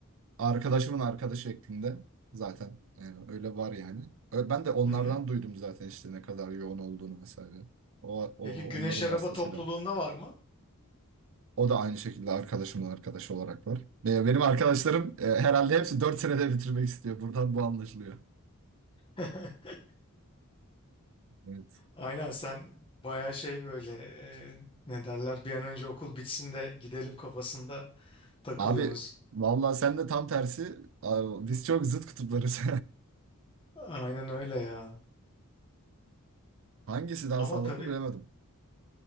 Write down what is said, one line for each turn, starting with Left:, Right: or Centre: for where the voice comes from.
Right: arkadaşımın arkadaşı şeklinde zaten e, öyle var yani. Ö- Ben de onlardan
Left: Hı hı.
Right: duydum zaten işte ne kadar yoğun olduğunu vesaire. O, o
Left: Peki Güneş
Right: onların
Left: Araba
Right: vasıtasıyla.
Left: topluluğunda var mı?
Right: O da aynı şekilde arkadaşımın arkadaşı olarak var. Ve benim arkadaşlarım e, herhalde hepsi 4 senede bitirmek istiyor. Buradan bu anlaşılıyor.
Left: <laughs>
Right: Evet.
Left: Aynen sen bayağı şey böyle e, ne derler bir an önce okul bitsin de gidelim kafasında takılıyorsunuz.
Right: Abi vallahi sen de tam tersi. Abi, Biz çok zıt kutuplarız.
Left: Aynen öyle ya.
Right: <laughs> Hangisi daha
Left: Ama
Right: sağlıklı
Left: tabii
Right: bilemedim.